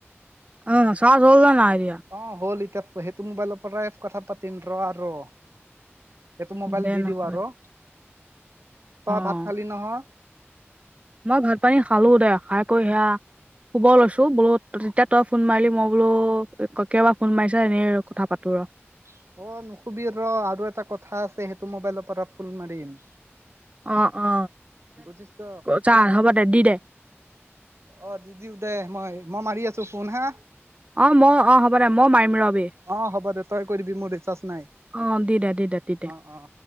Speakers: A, on the right (about 30°); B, on the right (about 70°).
A: অ, চাৰ্জ হ'ল নাই দিয়া?
B: অ, হ'ল এতিয়া সেইটো মোবাইলৰ পৰাই কথা পাতিম ৰ আৰু। এইটো মোবাইল
A: দে
B: দি
A: নহ'লে
B: দিওঁ আৰু তই ভাত
A: অ
B: খালি নহয়।
A: মই ভাত পানী খালো দে খাই কৰি সেয়া শুব লৈছো বোলো তেতিয়া তই ফোন মাৰিলি মই বোলো কিয়াবা ফোন মাৰিছা এনেই কথা পাতো ৰ।
B: অ, নুখুবি ৰ আৰু এটা কথা আছে সেইটো মোবাইলৰ পৰা ফুল মাৰিম।
A: অ, অ,
B: বুজিছ ত?
A: চাহ হ'ব দে দি দে।
B: অ, দিদিও দে মই মই মাৰি আছো ফোন হা।
A: অ মই অ হ'ব দে মই মাৰিম ৰবি
B: অ হ'ব দে তই কৰিবি মোৰ ৰিচাৰ্জ নাই
A: অ দি দে দি দে দি দে
B: অ অ